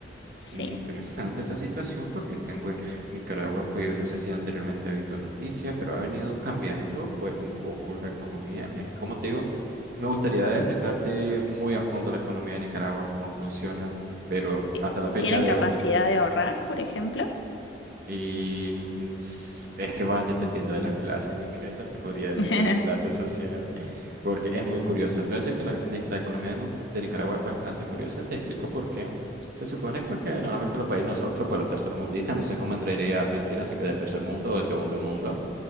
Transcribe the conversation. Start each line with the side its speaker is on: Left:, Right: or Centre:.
Left: sí.
Right: Muy interesante esa situación porque acá en bueno, Nicaragua, pues no sé si anteriormente ha visto noticias, pero ha venido cambiando pues un poco la economía. Es como te digo, me gustaría explicarte muy a fondo la economía de Nicaragua, cómo funciona, pero
Left: eh,
Right: hasta la fecha
Left: ¿Tienen
Right: de
Left: capacidad
Right: hoy.
Left: de ahorrar, por ejemplo?
Right: Y mm, s- es que va dependiendo de la clase, Micaela, te podría decir
Left: <laughs>
Right: de la clase social, <laughs> porque es muy curiosa. Te voy a decir que la, ne- la economía de, Mu- de Nicaragua es bastante curiosa, te explico por qué. Se supone pues, que normalmente los países nosotros, pues los tercermundistas, no sé cómo entraría Argentina, si que de tercer mundo o de segundo mundo,